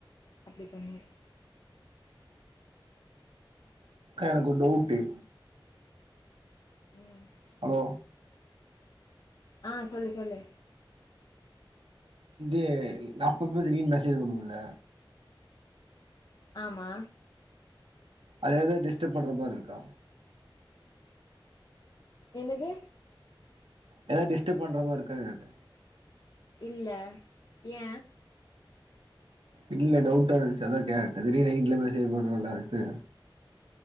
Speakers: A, on the left; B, on the right.
A: அப்டி பண்ணுவேன்
B: அக்கா எனக்கு ஒரு டவுட்டு்
A: உம்
B: ஹலோ
A: ஆஹ் சொல்லு சொல்லு
B: இ அப்பப்ப திடீர்னு மெசேஜ் பண்ணும்ல
A: ஆமா
B: அதாவது டிஸ்டர்ப் பண்ற மாரி இருக்கா
A: என்னது
B: ஏதாவது டிஸ்டர்ப் பண்ற மாரி இருக்காங்க கேட்ட
A: இல்ல ஏ
B: இல்ல டவுட்டா இருந்துச்சு அதா கேட்ட திடீர்னு ந வட்டுல ச போம்ல்ல அதுக்கு